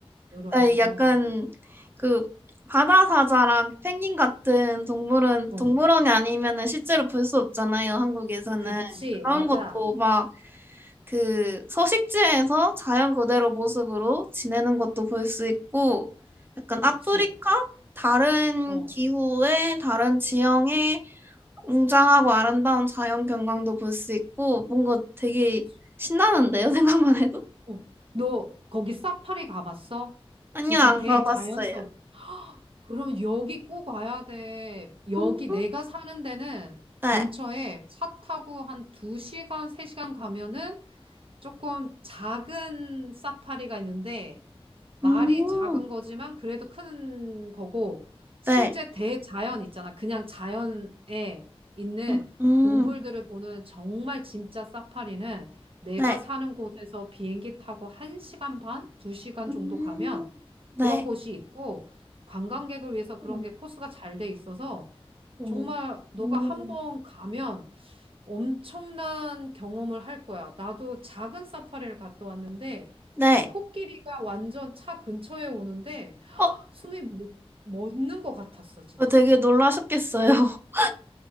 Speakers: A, on the right (about 65°); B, on the right (about 20°).
A: 그럼.
B: 아 약간 그 바다사자랑 펭귄 같은 동물은
A: 어.
B: 동물원이 아니면은 실제로 볼 수 없잖아요, 한국에서는.
A: 그치.
B: 그런
A: 맞아.
B: 네. 것도 막 그 서식지에서 자연 그대로 모습으로 지내는 것도 볼 수 있고, 약간
A: 그치.
B: 아프리카? 다른
A: 어.
B: 기후에, 다른 지형에 웅장하고 아름다운 자연 경관도 볼 수 있고, 뭔가 되게
A: 그치.
B: 신나는데요, <laughs> 생각만 해도?
A: 어. 너 거기 사파리 가봤어?
B: 아니요,
A: 진짜
B: 안
A: 대자연
B: 가봤어요.
A: 속 그럼 여기 꼭 와야 돼. 여기
B: 음,
A: 내가 사는 데는
B: 네.
A: 근처에 차 타고 한 두 시간 세 시간 가면은 조금 작은 사파리가 있는데 말이
B: 음.
A: 작은 거지만 그래도 큰 거고 실제
B: 네.
A: 대자연 있잖아. 그냥 자연에 있는
B: 음, 음.
A: 동물들을 보는 정말 진짜 사파리는 내가
B: 네.
A: 사는 곳에서 비행기 타고 1시간 반, 2시간
B: 음.
A: 정도 가면
B: 네.
A: 그런 곳이 있고 관광객을 위해서 그런
B: 음.
A: 게 코스가 잘 돼 있어서
B: 오.
A: 정말 너가
B: 오.
A: 한번 가면 엄청난 경험을 할 거야. 나도 작은 사파리를 갔다 왔는데
B: 네.
A: 코끼리가 완전 차 근처에 오는데
B: 어,
A: 숨이 멎- 멎는 것 같았어, 진짜.
B: 어, 되게 놀라셨겠어요. <laughs>